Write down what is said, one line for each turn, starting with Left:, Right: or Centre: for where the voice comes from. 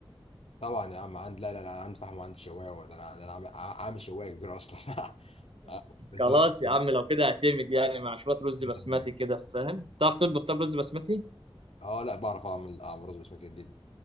Left: طبعا يا عم عند لا لا لا انا عندي فحم وعندي شوايه ده انا ده انا عامل عامل شوايه كبيره اصلا <laughs> آه، الاتنين-
Right: خلاص يا
Left: لا،
Right: عم لو كده اعتمد يعني مع شويه رز بسمتي
Left: تمام
Right: كده فاهم تعرف تطبخ طب رز بسمتي
Left: اه لا بعرف اعمل اعمل رز بسمتي دي-